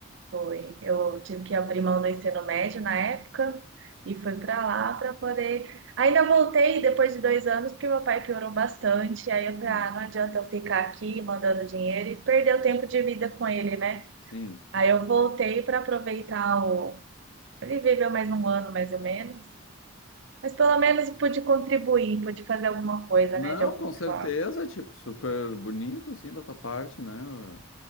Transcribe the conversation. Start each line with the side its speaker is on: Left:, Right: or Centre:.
Right: foi. Eu tive que abrir mão do ensino médio na época e fui para lá para poder. Ainda voltei depois de dois anos, porque meu pai piorou bastante. Aí eu falei,
Left: Hum,
Right: ah, não adianta eu ficar aqui mandando dinheiro e perder o tempo de vida com ele, né?
Left: sim.
Right: Aí eu voltei para aproveitar o Ele viveu mais um ano, mais ou menos. Mas pelo menos pude contribuir, pude fazer alguma coisa,
Left: Não,
Right: né, de alguma
Left: com certeza,
Right: forma.
Left: tipo, super bonito, assim, da tua parte, né?